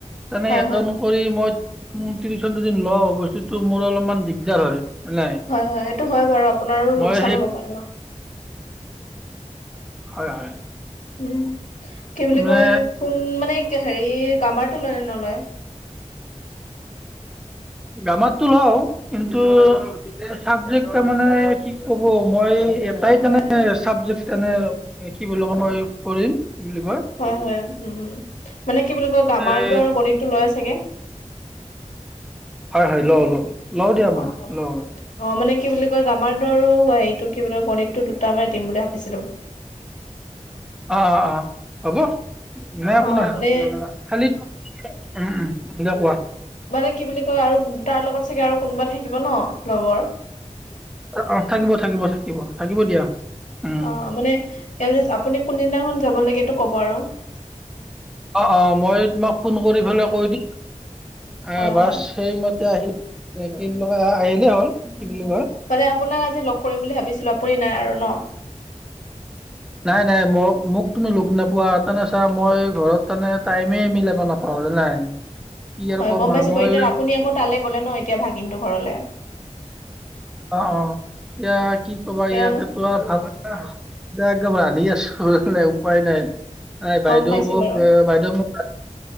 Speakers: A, in the centre; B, on the left.
A: তেনে
B: হয়
A: এজন,
B: হয়
A: কৰি মই টিউচন দুদিন লওঁ, বস্তুতটো মোৰ অলপমান দিগদাৰ হয়। হয় নাই?
B: হয় হয়। এইটো হয় বাৰু আপোনাৰো
A: মই
B: লোকচান
A: সেই
B: হ'ব পাৰে ন?
A: হয় হয়।
B: উম কি বুলি
A: মানে
B: কয়, কোন মানে হেৰি গামাৰটো লয় নে নলয়?
A: গামাতটো লওঁ। কিন্তু? চাবজেক্ট তাৰ মানে কি কব মই, তাই
B: হয়
A: মনে <unintelligible> চাবজেক্ট এনে কি বুলি কয় মই কৰিম বুলি কোৱা?
B: হয় হয় উম। মানে কি বুলি কয় গামাৰটো
A: এই
B: আৰু গণিতটো লয় চাগে?
A: হয় হয়, লওঁ লওঁ। লওঁ দিয়া মই
B: অ অ
A: লওঁ লওঁ।
B: অ মানে কি বুলি কয় গামাৰতো আৰু হেৰিটো কি বুলি কয় গণিতটো দুটা মানে দিম বুলি ভাবিছিলো।
A: অ অ অ, হ'ব নাই একো
B: অ
A: নাই।
B: মানে
A: খালি, উম দে কোৱা?
B: মানে কি বুলি কয় আৰু তাৰ লগত চাগে আৰু কোনোবা থাকিব ন লগৰ?
A: অ থাকিব থাকিব থাকিব থাকিব দিয়া। উম
B: অ মানে, আপুনি কোনদিনাখন যাব লাগে এইটো কব আৰু?
A: অঁ অঁ, মই তোমাক ফোন কৰি পেলাই কৈ দিম। আ
B: হয়
A: বাছ।
B: হয়
A: সেইমতে আহি, এ কি বুলি কয় আহিলে হ'ল। কি বুলি কয়।
B: মানে আপোনাক আজি লগ কৰিম বুলি ভাবিছিলো আপুনি নাই আৰু ন।
A: নাই নাই মই মোক তুমি লগ নোপোৱা তেনে চা মই ঘৰত মানে টাইমে মিলাব নাপাওঁ জানাই। কি আৰু
B: হয়,
A: কম
B: গম
A: আৰু
B: পাইছো
A: মই
B: বাৰু এতিয়া আপুনি আকৌ তালে গ'লে ন এতিয়া ভাগিনটো ঘৰলে।
A: অ', অ', এতিয়া কি কবা
B: এতিয়া
A: ইয়াতে তো ভাব একদম ৰান্ধি আছো। উপাই নাই এ বাইদেউ
B: গম পাইছো
A: মোক
B: বাৰু
A: এ বাইদেউ মোক